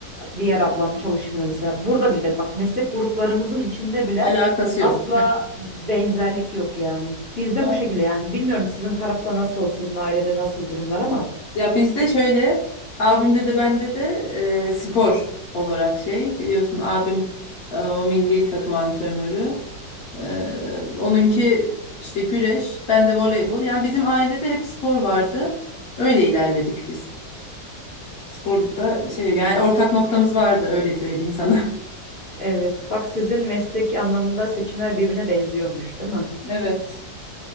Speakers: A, on the left; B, on the left.
A: Diğer ablam çalışmıyor mesela. Burada bile bak meslek gruplarımızın içinde bile
B: Alakası
A: asla
B: yok.
A: benzerlik yok yani. Bizde
B: Ha.
A: bu şekilde yani. Bilmiyorum sizin tarafta nasıl, sizin ailede nasıl durumlar ama.
B: Ya bizde şöyle abimde de bende de e, spor olarak şey biliyorsun abim e, o milli takım antrenörü. E, onunki işte güreş, ben de voleybol. Yani bizim ailede hep spor vardı. Öyle ilerledik biz. Sporda şey yani ortak noktamız vardı öyle söyleyeyim sana. <laughs>
A: Evet, bak sizin mesleki anlamında seçimler birbirine benziyormuş, değil mi?
B: Evet.